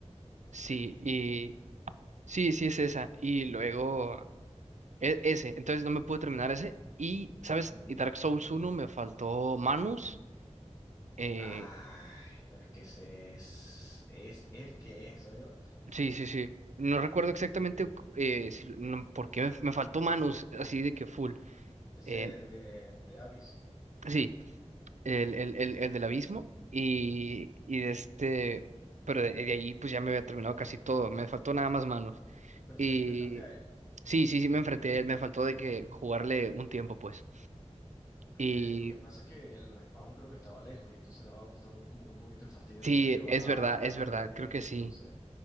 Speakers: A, on the right; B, on the left.
A: sí, y sí, sí es esa. Y luego e- ese. Entonces no me pude terminar ese. Y, ¿sabes?
B: Ujú.
A: Y Dark Souls uno me faltó Manus. eh,
B: Ay, pero es que ese es, es el que es, yo
A: Sí, sí, sí. No recuerdo exactamente eh, si- no, por me, me faltó manos así de que full.
B: es
A: Eh,
B: el de, el de Abyss.
A: sí, el, el, el, el del abismo y, y de este, pero de, de ahí pues ya me había terminado casi todo. Me faltó nada más manos.
B: Pero
A: Y
B: te enfrentaste a él.
A: sí, sí, sí, me enfrenté, a él, me faltó de que jugarle un tiempo pues.
B: Hay
A: Y
B: que, lo que pasa es que el respawn creo que estaba lejos y entonces daba un- también como que un poquito de fastidio
A: sí,
B: tener que bajar
A: es verdad,
B: otra
A: es verdad,
B: vez.
A: creo que sí.
B: Entonces,